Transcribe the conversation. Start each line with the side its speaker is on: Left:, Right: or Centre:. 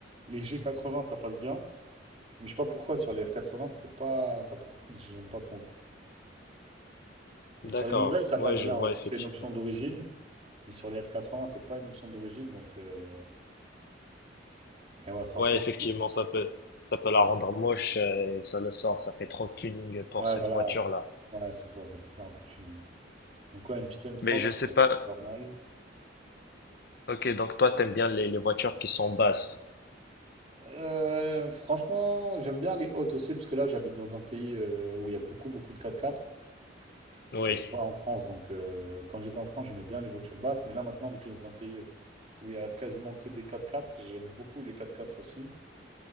Right: les G80, ça passe bien. Mais je sais pas pourquoi sur les F80, c'est pas, ça passe, j'aime pas trop.
Left: D'accord.
Right: Mais sur les nouvelles, ça
Left: Ouais,
Right: passe
Left: je
Right: bien,
Left: vois
Right: ouais, parce
Left: effectivement.
Right: que c'est une option d'origine. Mais sur les F80, c'est pas une option d'origine, donc. euh, Mais ouais, franchement,
Left: Ouais, effectivement,
Right: c'est cool.
Left: ça peut ça peut la rendre moche euh, et ça le sort, ça fait trop tuning pour
Right: Ouais,
Left: cette
Right: voilà,
Left: voiture-là.
Right: voilà c'est ça, ça peut faire un peu de tuning. Donc ouais, une petite M3,
Left: Mais je
Right: ça
Left: sais
Right: serait
Left: pas.
Right: pas mal.
Left: OK, donc toi t'aimes bien les les voitures qui sont basses.
Right: Euh, franchement, j'aime bien les hautes aussi, parce que là, j'habite dans un pays euh, où il y a beaucoup, beaucoup de 4x4.
Left: Oui.
Right: Tu vois, c'est pas en France, donc euh, quand j'étais en France, j'aimais bien les voitures basses, mais là maintenant, vu que je suis dans un pays euh, où il y a quasiment que des 4x4, j'aime beaucoup les 4x4 aussi.